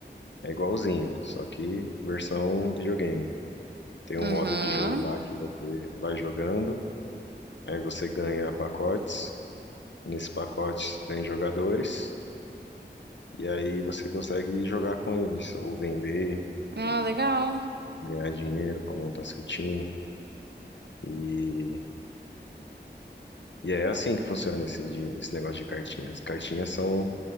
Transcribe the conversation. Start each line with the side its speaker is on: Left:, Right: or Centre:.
Left: É igualzinho, só que versão videogame. Tem um
Right: Uhum.
Left: modo de jogo lá que você vai jogando, aí você ganha pacotes. Nesses pacotes tem jogadores, e aí você consegue jogar com eles, ou vender
Right: Ah,
Left: e
Right: legal.
Left: ganhar dinheiro para montar seu time. E E é assim que funciona esse, de- esse negócio de cartinha. As cartinhas são